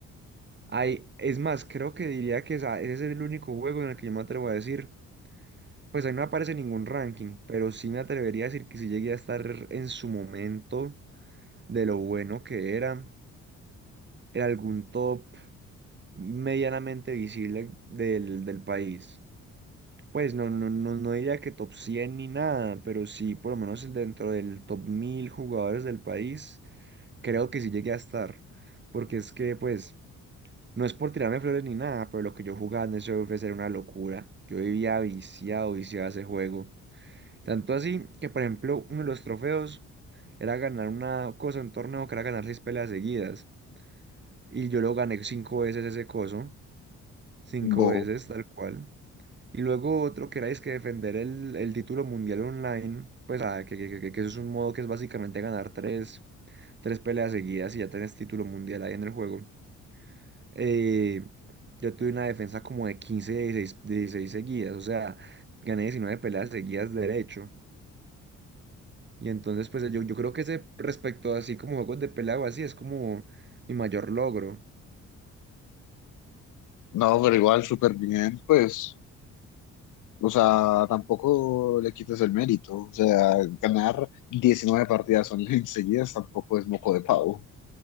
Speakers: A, on the right; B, on the left.
A: Ay, es más, creo que diría que esa- ese es el único juego en el que yo me atrevo a decir. Pues ahí no aparece ningún ranking, pero sí me atrevería a decir que si llegué a estar en su momento de lo bueno que era, en algún top medianamente visible del, del país. Pues no, no, no, no diría que top 100 ni nada, pero sí por lo menos dentro del top 1000 jugadores del país, creo que sí llegué a estar. Porque es que, pues, no es por tirarme flores ni nada, pero lo que yo jugaba en ese ofrecer era una locura. Yo vivía viciado, viciado a ese juego. Tanto así que, por ejemplo, uno de los trofeos era ganar una cosa, un torneo que era ganar seis peleas seguidas. Y yo lo gané cinco veces ese coso, cinco
B: Bo.
A: veces, tal cual. Y luego otro que era es que defender el, el título mundial online, pues ah, que, que, que- que eso es un modo que es básicamente ganar tres, tres peleas seguidas y ya tenés título mundial ahí en el juego. Eh, yo tuve una defensa como de 15, 16, 16 seguidas, o sea, gané 19 peleas seguidas derecho. Y entonces, pues yo, yo creo que ese respecto así como juegos de pelea o así es como mi mayor logro.
B: No, pero igual súper bien, pues, o sea, tampoco le quites el mérito, o sea, ganar 19 partidas online <laughs> seguidas tampoco es moco de pavo,